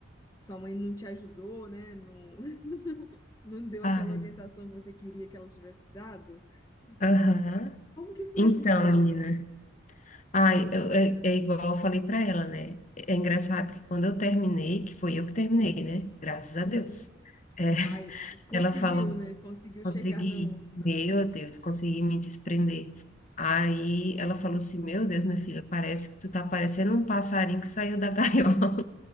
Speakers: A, on the left; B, on the left.
A: sua mãe não te ajudou, né? Não, <laughs> não deu
B: Ai,
A: aquela orientação que você queria que ela tivesse dado.
B: aham.
A: E como que foi
B: Então,
A: essa história?
B: menina, ai, eu- é, é igual eu falei pra ela, né? É engraçado que quando eu terminei, que foi eu que terminei, né? Graças a
A: Uhum.
B: Deus. É, <laughs>
A: Ai, conseguiu,
B: Ela falou,
A: né? Conseguiu
B: Consegui,
A: chegar no.
B: meu Deus, consegui me desprender. Aí ela falou assim: Meu Deus, minha filha, parece que tu tá parecendo um passarinho que saiu da gaiola,